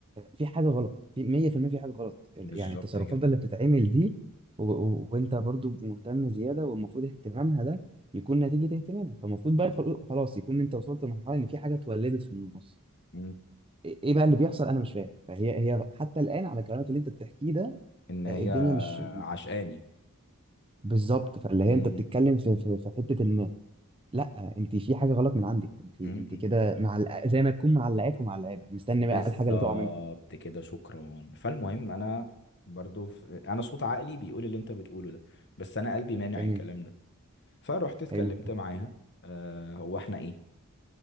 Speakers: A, on the right; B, on the left.
A: في حاجة غلط في 100% في المية في حاجة غلط يعني
B: بالظبط
A: التصرفات
B: كده
A: بقى اللي بتتعمل دي و... و... وأنت برضو مهتم زيادة والمفروض اهتمامها ده يكون نتيجة اهتمامك فالمفروض بقى خل- خلاص يكون أنت وصلت لمرحلة إن في حاجة اتولدت في النص
B: مم.
A: إيه إيه بقى اللي بيحصل أنا مش فاهم فهي هي حتى الآن على كلامك اللي أنت بتحكيه ده
B: ان هي
A: آه، الدنيا مش
B: عشقاني
A: بالظبط فاللي
B: مم.
A: هي أنت بتتكلم في في, في حتة إن لا أنت في حاجة غلط من عندك أنت
B: مم.
A: أنت
B: مم.
A: كده مع زي ما تكون معلقاك ومعلقاك مستني
B: بالظبط
A: بقى الحاجة اللي تقع منكم
B: كده شكرا فالمهم انا برضو ف... انا صوت عقلي بيقول اللي انت بتقوله ده بس انا قلبي مانع
A: ده
B: الكلام ده فرحت اتكلمت
A: حلو
B: معاها آه هو احنا ايه